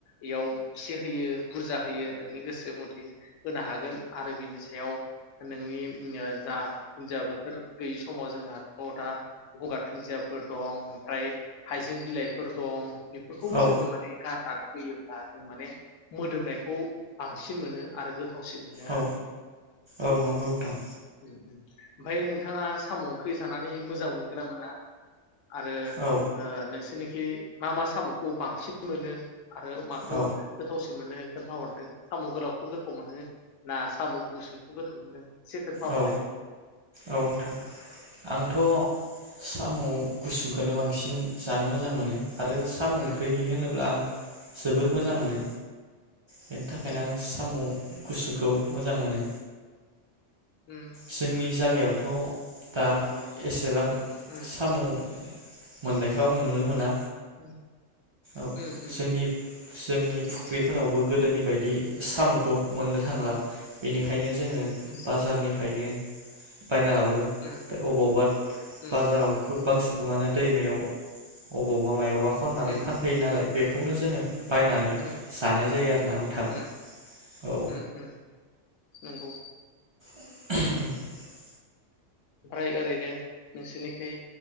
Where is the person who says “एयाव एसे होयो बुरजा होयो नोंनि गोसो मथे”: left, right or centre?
Left